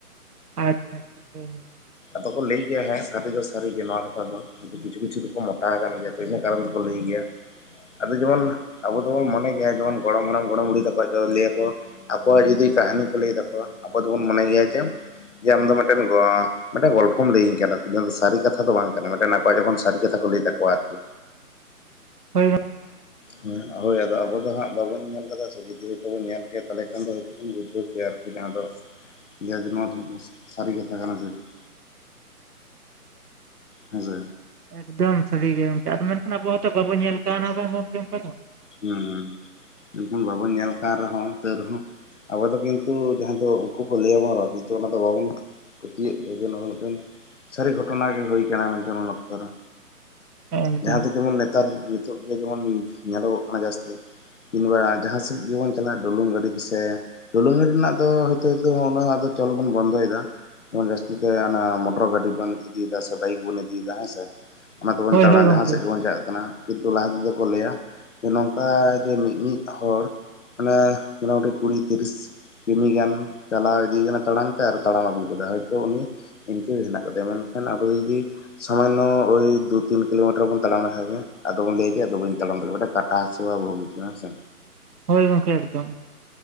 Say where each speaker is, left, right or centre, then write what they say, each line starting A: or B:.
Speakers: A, on the right; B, on the left.
A: ᱟᱪᱪᱷᱟ ᱟᱪᱪᱷᱟ ᱦᱩᱸ ᱦᱩᱸ᱾
B: ᱟᱫᱚ ᱠᱚ ᱞᱟᱹᱭ ᱜᱮᱭᱟ ᱦᱮᱸ ᱥᱟᱹᱨᱤ ᱫᱚ ᱥᱟᱹᱨᱤ ᱜᱮ ᱱᱚᱣᱟ ᱠᱟᱛᱷᱟ ᱫᱚ᱾ ᱠᱤᱪᱷᱩ ᱠᱤᱪᱷᱩ ᱫᱚ ᱠᱚ ᱢᱚᱴᱟᱣ ᱟᱠᱟᱱ ᱜᱮᱭᱟ ᱛᱚ᱾ ᱤᱱᱟᱹ ᱠᱟᱨᱚᱱ ᱛᱮᱠᱚ ᱞᱟᱹᱭ ᱜᱮᱭᱟ᱾ ᱟᱫᱚ ᱡᱮᱢᱚᱱ ᱟᱵᱚ ᱫᱚ ᱵᱚ ᱢᱚᱱᱮ ᱜᱮᱭᱟ ᱡᱮᱢᱚᱱ ᱜᱚᱲᱚᱢ ᱦᱟᱲᱟᱢ ᱜᱚᱲᱚᱢ ᱵᱩᱲᱦᱤ ᱛᱟᱠᱚ ᱟᱫᱚ ᱞᱟᱹᱭᱟ ᱠᱚ᱾ ᱟᱠᱚᱣᱟᱜ ᱡᱩᱫᱤ ᱠᱟᱹᱦᱱᱤ ᱠᱚ ᱞᱟᱹᱭ ᱛᱟᱠᱚᱣᱟ ᱟᱵᱚ ᱫᱚᱵᱚᱱ ᱢᱚᱱᱮᱭ ᱜᱮᱭᱟ ᱡᱮ ᱡᱮ ᱟᱢᱫᱚ ᱢᱤᱫᱴᱮᱱ ᱜᱳᱸ ᱢᱤᱫᱴᱮᱱ ᱜᱚᱞᱯᱷᱚᱢ ᱞᱟᱹᱭ ᱟᱹᱧ ᱠᱟᱱᱟ᱾ ᱡᱟᱦᱟ ᱫᱚ ᱥᱟᱹᱨᱤ ᱠᱟᱛᱷᱟ ᱫᱚ ᱵᱟᱝ ᱠᱟᱱᱟ᱾ ᱢᱤᱫᱴᱟᱝ ᱟᱠᱚᱣᱟᱜ ᱡᱚᱠᱷᱚᱱ ᱥᱟᱹᱨᱤ ᱠᱟᱛᱷᱟ ᱠᱚ ᱞᱟᱹᱭ ᱛᱟᱠᱚᱣᱟ ᱟᱨᱠᱤ
A: ᱦᱳᱭ᱾
B: ᱦᱩᱸ, ᱦᱳᱭ ᱟᱫᱚ ᱟᱵᱚ ᱫᱚ ᱦᱟᱸᱜ ᱵᱟᱵᱚᱱ ᱧᱮᱞ ᱠᱟᱫᱟ ᱥᱮ ᱡᱩᱫᱤ ᱦᱚᱭᱛᱳ ᱵᱚᱱ ᱧᱮᱞ ᱠᱮᱭᱟ ᱛᱷᱟᱞᱮ ᱠᱷᱟᱱ ᱫᱚ ᱦᱚᱭᱛᱚ ᱵᱚᱱ ᱵᱩᱡᱷᱟᱹᱣ ᱠᱮᱭᱟ ᱟᱨᱠᱤ᱾ ᱡᱟᱦᱟᱸ ᱫᱚ ᱜᱮᱡ ᱱᱚᱣᱟ ᱫᱚ ᱥᱟᱹᱨᱤ ᱠᱟᱛᱷᱟ ᱠᱟᱱᱟ ᱥᱮ ᱪᱮᱫ? ᱦᱮᱸ ᱥᱮ᱾
A: ᱮᱠᱫᱚᱢ ᱥᱟᱹᱨᱤ ᱜᱮ ᱟᱫᱚ ᱢᱮᱱᱠᱷᱟᱱ ᱟᱵᱚ ᱦᱚᱸᱛᱚ ᱵᱟᱵᱚ ᱧᱮᱞ ᱠᱟᱣᱱᱟ ᱵᱟᱝ ᱜᱚᱝᱠᱮ ᱚᱱᱠᱟ ᱫᱚ᱾
B: ᱦᱩᱸ, ᱮᱱᱠᱷᱟᱱ ᱵᱟᱵᱚ ᱧᱮᱞ ᱠᱟ ᱨᱮᱦᱚᱸ ᱛᱟᱹᱣ ᱨᱮᱦᱚᱸ ᱟᱵᱚ ᱫᱚ ᱠᱤᱱᱛᱩ ᱡᱟᱦᱟᱸ ᱫᱚ ᱩᱝᱠᱩ ᱠᱚ ᱞᱟᱹᱭ ᱟᱵᱚᱱ ᱨᱮᱦᱚᱸ ᱠᱤᱱᱛᱩ ᱚᱱᱟ ᱫᱚ ᱵᱟᱵᱚᱱ ᱯᱟᱹᱛᱭᱟᱹᱜ ᱜᱮ, ᱡᱮ ᱱᱚᱣᱟ ᱫᱚ ᱢᱤᱫᱴᱮᱱ ᱥᱟᱹᱨᱤ ᱜᱷᱚᱴᱚᱱᱟ ᱜᱮ ᱦᱩᱭ ᱠᱟᱱᱟ ᱢᱮᱱᱛᱮ ᱩᱱ ᱚᱠᱛᱚ ᱨᱮ᱾
A: ᱮᱠᱫᱚᱢ
B: ᱡᱟᱦᱟᱸ ᱫᱚ ᱡᱮᱢᱚᱱ ᱱᱮᱛᱟᱨ ᱱᱤᱛᱚᱜ ᱜᱮ ᱡᱮᱢᱚᱱ ᱧᱮᱞᱚᱜᱚᱜ ᱠᱟᱱᱟ ᱡᱟᱹᱥᱛᱤ᱾ ᱠᱤᱝᱵᱟ ᱡᱟᱦᱟᱸ ᱥᱮᱫ ᱜᱮᱵᱚᱱ ᱪᱟᱞᱟᱜ ᱰᱩᱞᱩᱝ ᱜᱟᱹᱰᱤ ᱛᱮ ᱥᱮ ᱰᱩᱞᱩᱝ ᱜᱟᱹᱰᱤ ᱨᱮᱱᱟᱜ ᱫᱚ ᱦᱚᱭᱛᱚ ᱦᱚᱭᱛᱚ ᱩᱱᱟᱹᱜ ᱟᱫᱚ ᱪᱚᱞ ᱵᱚᱱ ᱵᱚᱱᱫᱚᱭᱫᱟ᱾ ᱡᱮᱢᱚᱱ ᱡᱟᱹᱥᱛᱤ ᱛᱮ ᱟᱱᱟ ᱢᱚᱴᱚᱨ ᱜᱟᱹᱰᱤ ᱵᱚᱱ ᱤᱫᱤᱭᱫᱟ ᱥᱮ ᱵᱟᱭᱤᱠ ᱵᱚᱱ ᱤᱫᱤᱭᱫᱟ ᱦᱮᱸ ᱥᱮ᱾ ᱚᱱᱟ ᱛᱮᱵᱚᱱ
A: ᱦᱳᱭ
B: ᱫᱟᱲᱟᱱ
A: ᱦᱳᱭ ᱜᱚᱝᱠᱮ
B: ᱡᱟᱦᱟᱸ ᱥᱮᱫ ᱜᱮᱵᱚᱱ ᱪᱟᱜ ᱠᱟᱱᱟ᱾ ᱠᱤᱱᱛᱩ ᱞᱟᱦᱟ ᱛᱮᱫᱚ ᱠᱚ ᱞᱟᱹᱭᱟ ᱱᱚᱝᱠᱟ ᱡᱮ ᱢᱤ ᱢᱤᱫ ᱦᱚᱲ ᱢᱟᱱᱮ ᱢᱚᱴᱟᱢᱩᱴᱤ ᱠᱩᱲᱤ ᱛᱤᱨᱤᱥ ᱠᱤᱢᱤ ᱜᱟᱱ ᱪᱟᱞᱟᱣ ᱤᱫᱤᱭ ᱠᱟᱱᱟ ᱛᱟᱲᱟᱢ ᱛᱮ ᱟᱨ ᱛᱟᱲᱟᱢ ᱟᱹᱜᱩ ᱠᱟᱫᱟ ᱦᱚᱭᱛᱚ ᱩᱱᱤ ᱤᱱᱠᱟᱹ ᱜᱮ ᱦᱮᱱᱟᱜ ᱠᱟᱫᱮᱭᱟ ᱢᱮᱱᱠᱷᱟᱱ ᱟᱵᱚ ᱫᱚ ᱡᱩᱫᱤ ᱥᱟᱢᱟᱱᱱᱚ ᱳᱭ ᱫᱩ ᱛᱤᱱ ᱠᱤᱞᱳᱢᱤᱴᱟᱨ ᱵᱚᱱ ᱛᱟᱲᱟᱢ ᱞᱮᱠᱷᱟᱡ ᱜᱮ ᱟᱫᱚ ᱵᱚᱱ ᱞᱟᱹᱭᱟ ᱡᱮ ᱟᱫᱚ ᱵᱟᱹᱧ ᱛᱟᱲᱟᱢ ᱫᱟᱲᱮ ᱢᱤᱫᱴᱟᱝ ᱠᱟᱴ ᱴᱟᱥ ᱳᱣᱟᱭ ᱵᱚᱦᱚᱜ ᱵᱟᱹᱲᱤᱪᱚᱜᱼᱟ ᱦᱮᱸ ᱥᱮ᱾
A: ᱦᱳᱭ ᱜᱚᱝᱠᱮ ᱮᱠᱫᱚᱢ᱾